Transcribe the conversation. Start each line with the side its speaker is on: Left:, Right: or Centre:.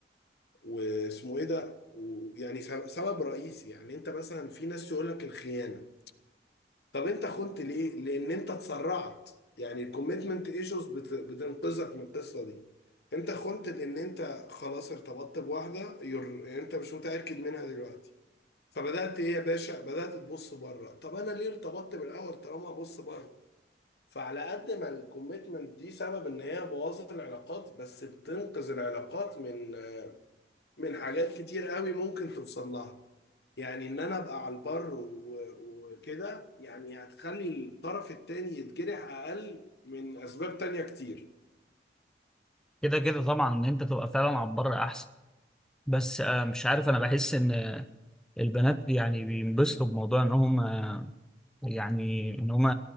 Left: واسمه ايه ده ويعني سبب رئيسي يعني انت مثلا في ناس يقول لك الخيانة طب انت خنت ليه؟ لان انت اتسرعت يعني الكوميتمنت ايشوز بتنقذك من القصه دي انت خنت لان انت خلاص ارتبطت بواحده يور... انت مش متاكد منها دلوقتي فبدات ايه يا باشا بدات تبص بره طب انا ليه ارتبطت بالاول طالما ابص بره فعلى قد ما الكوميتمنت دي سبب ان هي بوظت العلاقات بس بتنقذ العلاقات من من حاجات كتير قوي ممكن توصل لها يعني ان انا ابقى على البر و- وكده يعني هتخلي الطرف التاني يتجرح اقل من اسباب تانية كتير
Centre: كده كده طبعا ان انت تبقى فعلا على البر احسن بس آه مش عارف انا بحس ان البنات يعني بينبسطوا بموضوع ان هم يعني ان هم